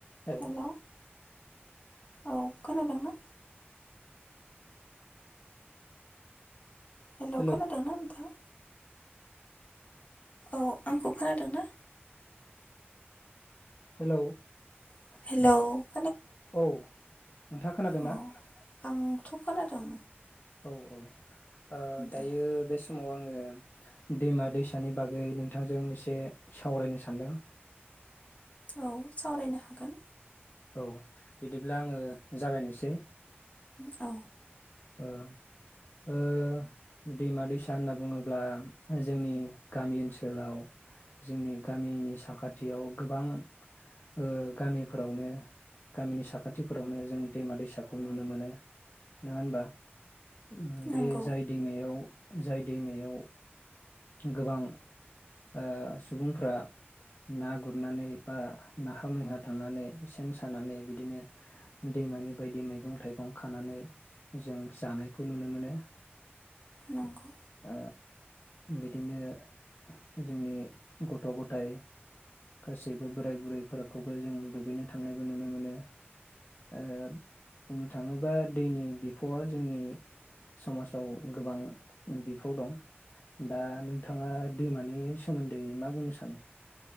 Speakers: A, on the left; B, on the left.
A: औ।
B: हेलौ औ खोनादों ना? हेल'
A: हेलौ
B: खोनादों ना नोंथां? औ आंखौ खोनादों ना?
A: हेलौ।
B: हेल'।
A: औ नोंथाङा खोनादों
B: औ
A: ना?
B: आंथ' खोनादों।
A: औ औ। ओ
B: दे
A: दायो बेस समाव आङो दैमा दैसानि बागै नोंथांजों एसे सावरायनो सानदों।
B: औ सावरायनो हागोन।
A: औ बिदिब्ला आङो जागायनोसै
B: औ।
A: ओ ओ दैमा दैसा होनना बुङोब्ला जोंनि गामि ओनसोलाव जोंनि गामिनि साखाथियाव गोबां ओ गामिफोरावनो गामिनि साखाथिफोरावनो जों दैमा दैसाखौ नुनो मोनो नङा होनबा? <inaudible> बे
B: नंगौ
A: जाय दैमायाव जाय दैमायाव गोबां ओ सुबुंफ्रा ना गुरनानै बा नाहा मैहा थांनानै सेन सानानै बिदिनो दैमानि बायदि मैगं थाइगं खानानै जों जानायखौ नुनो मोनो।
B: नंगौ
A: आ बिदिनो जोंनि गथ' गथाय गासैबो बोराय बुरैफोरखौबो जों दुगैनो थांनायबो नुनो मोनो ओ बुंनो थाङोबा दैनि बिफावआ जोंनि समाजाव गोबां बिफाव दं। दा नोंथाङा दैमानि सोमोन्दै मा बुंनो सानो?